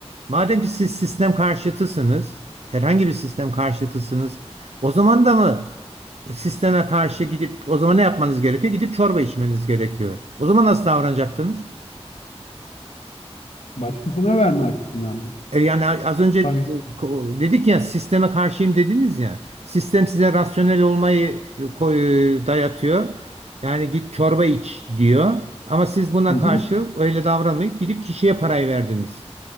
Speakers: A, on the right (about 70°); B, on the left (about 85°).
A: madem ki siz sistem karşıtısınız, herhangi bir sistem karşıtısınız, o zaman da mı sisteme karşı gidip, o zaman ne yapmanız gerekiyor? Gidip çorba içmeniz gerekiyor. O zaman nasıl davranacaktınız?
B: Başkasına verme açısından mı?
A: E yani az önce
B: Parayı.
A: e, dedik ya sisteme karşıyım dediniz ya. Sistem size rasyonel olmayı e, koy- e, dayatıyor. Yani git çorba iç diyor. Ama siz buna
B: Hı hı.
A: karşı öyle davranmayıp gidip kişiye parayı verdiniz.